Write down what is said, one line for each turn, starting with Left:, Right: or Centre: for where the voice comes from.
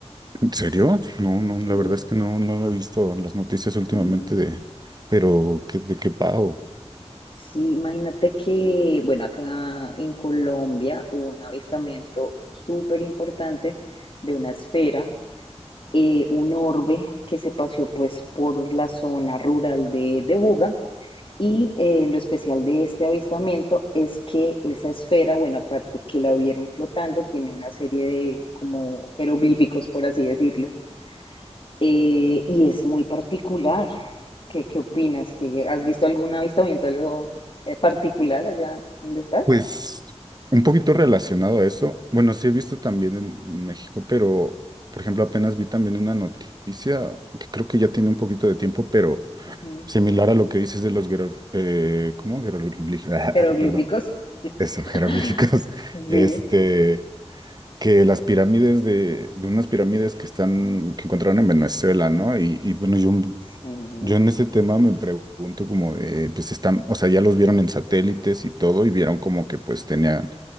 Right: ¿En serio? No, no,
Left: Sí,
Right: la verdad es que no, no he visto las noticias últimamente
Left: sí.
Right: de, pero ¿qué- ¿de qué pago?
Left: Sí, imagínate que, bueno, acá en Colombia hubo un avistamiento súper importante de una esfera eh, un orbe que se paseó pues por la zona rural de, de Buga. Y eh, lo especial de este avistamiento es que esa esfera, bueno, aparte que la vieron flotando, tiene una serie de como jeroglíficos, por así decirlo, eh, y es muy particular. ¿Qué, qué opinas? ¿Qué, ¿Has visto algún avistamiento, algo eh, particular allá donde estás?
Right: Pues un poquito relacionado a eso. Bueno, sí he visto también en, en México, pero por ejemplo, apenas vi también una noticia que creo que ya tiene un poquito de tiempo, pero
Left: Ujú.
Right: similar a lo que dices de los guerreros, ¿cómo? Jeroglíficos, <laughs>
Left: Jeroglíficos.
Right: perdón,
Left: <laughs>
Right: eso, jeroglíficos. <laughs>
Left: Sí.
Right: Este. que las pirámides de, de unas pirámides que están, que encontraron en Venezuela, ¿no? Y, y bueno, yo,
Left: Sí.
Right: yo en ese tema me pregunto como de, pues están, o sea, ya los vieron en satélites y todo, y vieron como que pues tenían